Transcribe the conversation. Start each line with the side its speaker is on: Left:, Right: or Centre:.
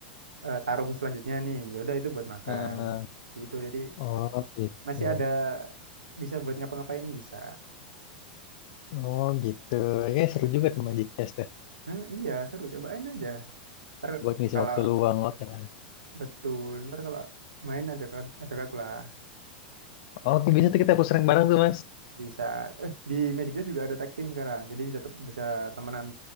Right: eh, tarung selanjutnya nih. Ya udah itu buat makan.
Left: nah,
Right: Gitu. Jadi
Left: oh gitu.
Right: masih ada bisa buat ngapa-ngapain bisa.
Left: Oh gitu. Ya seru juga tuh Magic Chess tuh.
Right: Nah, iya, seru. Cobain aja. Ntar
Left: Buat ngisi
Right: kalau
Left: waktu luang oke lah.
Right: betul, ntar kalau main ajak ajak aku lah.
Left: Oke bisa tuh kita aku sering bareng tuh Mas.
Right: bisa eh di Magic Chess juga ada tag team sekarang jadi bisa te- bisa temenan